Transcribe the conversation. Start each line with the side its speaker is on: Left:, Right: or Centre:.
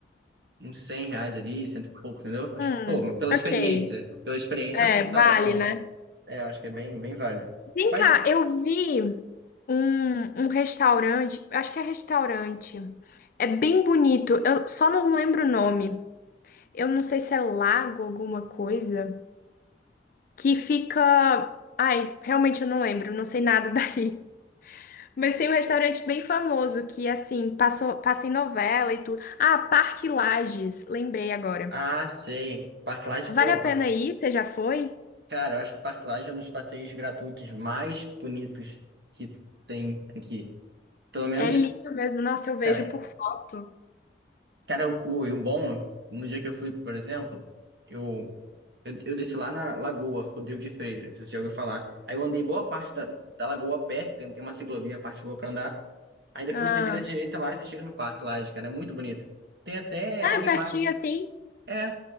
Right: uns 100 reais ali, cento e pouco, entendeu? Acho
Left: Hum,
Right: que, pô, pela
Left: ok.
Right: experiência. Pela experiência,
Left: É,
Right: eu acho que não tá
Left: vale,
Right: tão.
Left: né?
Right: É, eu acho que é bem, bem válido.
Left: Vem
Right: Mas,
Left: cá, eu vi um, um restaurante, acho que é restaurante. É bem bonito, eu só não lembro o nome. Eu não sei se é lago alguma coisa, que fica. Ai, realmente eu não lembro, não sei nada <laughs> daí. Mas tem um restaurante bem famoso que, assim, passou, passa em novela e tudo. Ah, Parque Lages, lembrei agora.
Right: ah, sei. Parque Lage, pô,
Left: Vale a pena
Right: par-
Left: ir? Você já foi?
Right: cara, eu acho que Parque Lage é um dos passeios gratuitos mais bonitos que tem aqui. Pelo menos,
Left: É lindo mesmo, nossa, eu vejo
Right: cara,
Left: por foto.
Right: Cara, o, o, e o bom, no dia que eu fui, por exemplo, eu, eu, eu desci lá na Lagoa Rodrigo de Freitas, você já ouviu falar. Aí eu andei boa parte da, da lagoa a pé, tem, tem uma ciclovia, a parte boa pra andar. Aí depois
Left: Ah,
Right: você vira à direita lá e você chega no parque lá, cara, é muito bonito. Tem até
Left: ah
Right: animais.
Left: é pertinho assim.
Right: É,